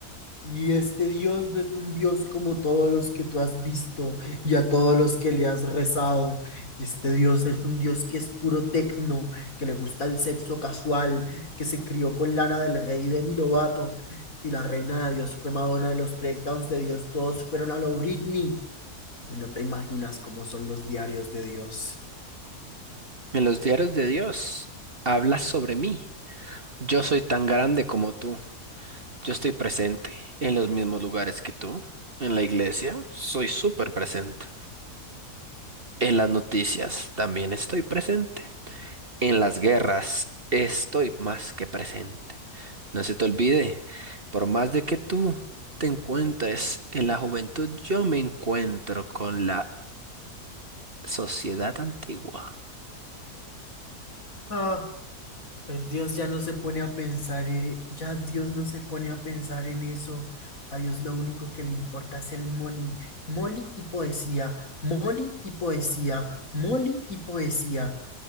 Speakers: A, on the left (about 60°); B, on the right (about 40°).
A: Y este Dios no es un Dios como todos los que tú has visto y a todos los que le has rezado. Este Dios es un Dios que es puro tecno, que le gusta el sexo casual, que se crió con Lana del Rey y Demi Lovato. Y la reina de Dios fue Madonna y los breakdowns de Dios todos fueron a lo Britney. Y no te imaginas cómo son los diarios de Dios.
B: En los diarios de Dios habla sobre mí. Yo soy tan grande como tú. Yo estoy presente en los mismos lugares que tú. En la iglesia soy súper presente. En las noticias también estoy presente. En las guerras estoy más que presente. No se te olvide, por más de que tú te encuentres en la juventud, yo me encuentro con la sociedad antigua.
A: Ah. Pues Dios ya no se pone a pensar, en- ya Dios no se pone a pensar en eso. A Dios lo único que le importa es el Molly. Molly y poesía, Molly y poesía, Molly y poesía.